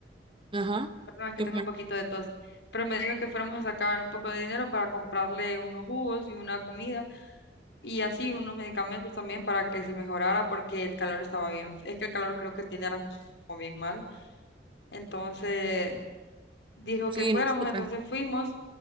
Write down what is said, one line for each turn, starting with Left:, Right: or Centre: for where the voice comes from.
Right: Ajá.
Left: es que
Right: ¿Qué
Left: tengo
Right: fue?
Left: un poquito de tos, pero me dijo que fuéramos a sacar un poco de dinero para comprarle unos jugos y una comida y así unos medicamentos también para que se mejorara porque el calor estaba bien, es que el calor creo que tiene a las personas como bien mal. Entonces dijo
Right: Sí,
Left: que fuéramos,
Right: nosotras.
Left: entonces fuimos.